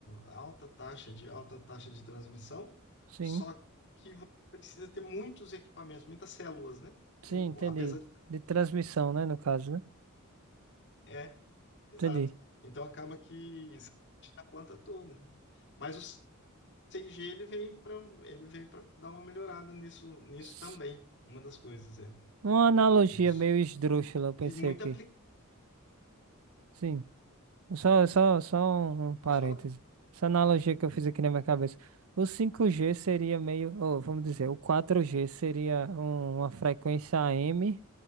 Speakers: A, on the left; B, on the right.
A: alta taxa de alta taxa de transmissão,
B: sim,
A: só que você precisa ter muitos equipamentos, muitas células, né?
B: sim,
A: Então,
B: entendi.
A: apesar de
B: De transmissão, né, no caso, né?
A: é, exato.
B: Entendi.
A: Então acaba que você mexe na planta toda, né? Mas o 5g ele vem para ele vem para dar uma melhorada nisso nisso
B: S-
A: também. Uma das coisas é
B: Uma analogia
A: isso.
B: meio esdrúxula, eu pensei
A: E muito
B: aqui.
A: aplicado,
B: Sim. Só, só, só um um parêntese.
A: pode falar.
B: Essa analogia que eu fiz aqui na minha cabeça. O cinco g seria meio, ou vamos dizer, o quatro g seria um- uma frequência AM